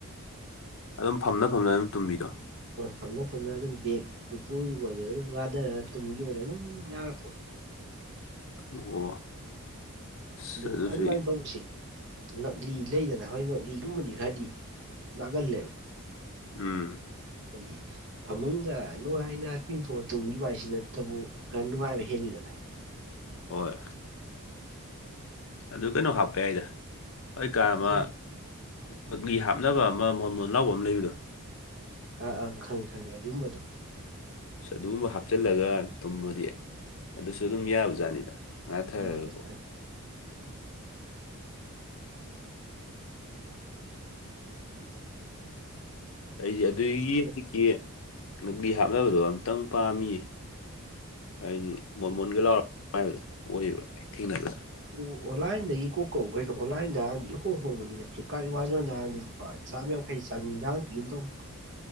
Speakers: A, on the left; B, on the right.
A: ꯑꯗꯨꯝ ꯐꯝꯅ ꯐꯝꯅ ꯑꯗꯨꯝ ꯇꯨꯝꯕꯤꯗꯣ
B: ꯍꯣꯏ ꯐꯝꯅ ꯐꯝꯅ ꯑꯗꯨꯝ ꯕꯦꯒꯇꯨ ꯀꯔꯤꯕ ꯑꯗꯨꯗꯣ ꯑꯗꯨꯝ ꯋꯥꯥꯊꯔ ꯇꯨꯝꯈꯤꯕꯗ ꯑꯗꯨꯝ ꯌꯥꯔꯛꯄꯣꯠꯅꯤ
A: ꯑꯣ ꯑꯁ
B: ꯑꯗꯨ
A: ꯑꯗꯨꯁꯨ
B: ꯑꯗꯨꯃꯥꯏꯅ ꯇꯧꯕꯁꯤ ꯉꯛꯂꯤ ꯂꯩꯗꯅ ꯍꯣꯏ ꯉꯛꯂꯤꯒꯨꯝꯕꯗꯤ ꯈꯔꯗꯤ ꯅꯥꯒꯜꯂꯦꯕ꯫
A: ꯎꯝ꯫
B: ꯑꯗꯤ꯫ ꯐꯃꯨꯡꯗ ꯅꯨꯡꯉꯥꯏꯅ ꯇꯤꯡꯊꯣꯛꯑ ꯇꯨꯝꯈꯤꯕ ꯍꯥꯏꯁꯤ ꯅꯠꯇꯕꯨ ꯈꯔ ꯅꯨꯡꯉꯥꯏꯕ ꯍꯦꯜꯂꯤꯗꯅ꯫
A: ꯍꯣꯏ꯫ ꯑꯗꯨ ꯀꯩꯅꯣ ꯍꯥꯞꯄ ꯌꯥꯏꯗ ꯍꯣꯏ ꯀꯥ ꯑꯃ꯫
B: ꯌꯥꯏ
A: ꯉꯛꯂꯤ ꯍꯥꯞꯅꯕ ꯑꯃ ꯃꯣꯟ ꯃꯣꯟ ꯂꯥꯎꯕ ꯑꯃ ꯂꯩꯕꯗꯣ꯫
B: ꯑꯥ ꯑꯪ ꯈꯪꯉꯤ ꯈꯪꯉꯤ ꯑꯗꯨꯨꯝꯕꯗꯣ꯫
A: ꯑꯁ ꯑꯗꯨꯒꯨꯝꯕ ꯍꯥꯞꯆꯤꯜꯂꯒ ꯇꯨꯝꯃꯗꯤ ꯑꯗꯨꯁꯨ ꯑꯗꯨꯝ ꯌꯥꯕ ꯖꯥꯠꯅꯤꯗ ꯉꯥꯥꯛꯊꯔꯒꯀꯣ꯫
B: ꯌꯥꯕꯖꯥꯠꯅꯤ
A: ꯑꯩꯁꯨ ꯑꯗꯨꯒꯤ ꯍꯧꯖꯤꯛꯀꯤ꯫
B: ꯎꯝ
A: ꯉꯛꯂꯤ ꯍꯥꯞꯅꯕꯗꯣ ꯑꯝꯇꯪ ꯄꯥꯝꯃꯤ ꯍꯥꯏꯗꯤ ꯃꯣꯟꯃꯣꯟꯒ ꯂꯥꯎꯔ꯫ <unintelligible> ꯑꯣꯏꯌꯦꯕ ꯑꯩ ꯊꯦꯡꯅꯕꯗ꯫
B: ꯑꯣꯟꯂꯥꯏꯟꯗꯒꯤ ꯀꯣꯛ ꯀꯧꯎ ꯀꯩꯅꯣ ꯑꯣꯟꯂꯥꯏꯟꯗ ꯍꯥꯟꯗꯤ ꯏꯍꯣꯡ ꯍꯣꯡꯕꯅꯤ ꯅ ꯀꯥ ꯑꯦꯃꯥꯖꯣꯟꯗ ꯍꯥꯟꯗꯤ ꯫ ꯆꯥꯝ ꯌꯥꯡꯈꯩ ꯆꯥꯅꯤꯗꯡ ꯄꯤꯒꯨꯝ ꯇꯧꯕꯅꯤ꯫